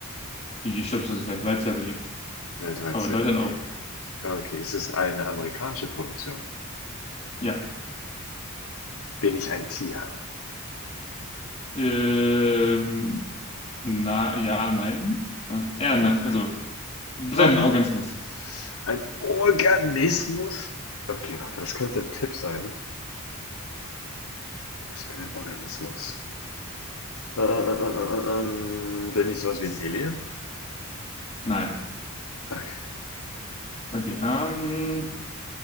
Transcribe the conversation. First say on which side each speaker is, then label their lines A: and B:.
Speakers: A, on the left (about 30°); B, on the left (about 75°).
A: Ich glaube, das ist weltweit sehr beliebt.
B: Weltweit
A: Aber
B: sehr
A: in Deutschland
B: beliebt.
A: auch.
B: Okay, ist es eine amerikanische Produktion?
A: Ja.
B: Bin ich ein Tier?
A: Ähm, na, ja, nein. Äh, Ja, ne,
B: Nein.
A: also, sein
B: Aha.
A: Organismus.
B: Ein Organismus? Okay, warte, das könnte ein Tipp sein. Ich bin ein Organismus. Äh, äh, äh, äh, äh, ähm, bin ich sowas wie
A: S-
B: ein Alien?
A: Nein.
B: Okay,
A: Okay, ähm,